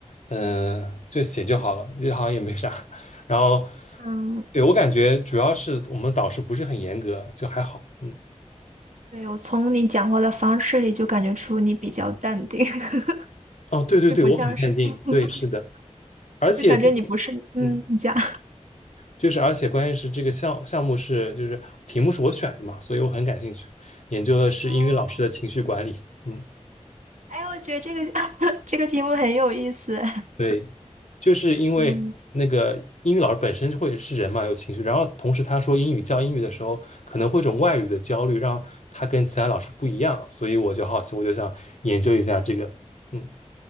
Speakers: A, on the left; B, on the right.
A: 嗯、就写就好了，就好像也没啥。<laughs> 然后，
B: 嗯，
A: 对，我感觉主要是我们导师不是很严格，就还好。嗯，
B: 对，我从你讲话的方式里就感觉出你比较淡定，<laughs>
A: 哦，对对对，
B: 就不像是，
A: 我很淡定。
B: <laughs>
A: 对，是的，而且关
B: 就感觉你不是，嗯，
A: 嗯，
B: 你讲。<laughs>
A: 就是而且关键是这个项项目是就是题目是我选的嘛，所以我很感兴趣，研究的是英语老师的情绪管理。
B: 哦
A: 嗯，
B: 哎，我觉得这个 <coughs> <laughs> 这个题目很有意思。
A: 对。就是因为那个英语老师本身就会是人嘛，
B: <laughs> 嗯，
A: 有情绪，然后同时他说英语教英语的时候，可能会有一种外语的焦虑，让他跟其他老师不一样，所以我就好奇，我就想研究一下这个。嗯，